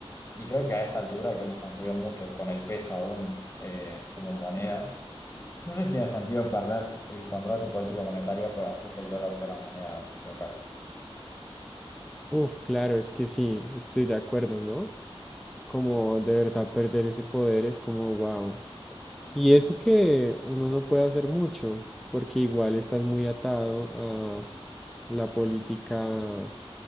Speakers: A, on the left; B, in the centre.
A: Y creo que a esta altura que hemos conseguido mucho con el peso aún eh, como moneda, no sé si tiene sentido perder el control de tu política monetaria por hacer que el dólar sea la moneda local.
B: Uf, claro, es que sí, estoy de acuerdo, ¿no? Como de verdad perder ese poder es como wow. Y eso que uno no puede hacer mucho, porque igual estás muy atado a la política,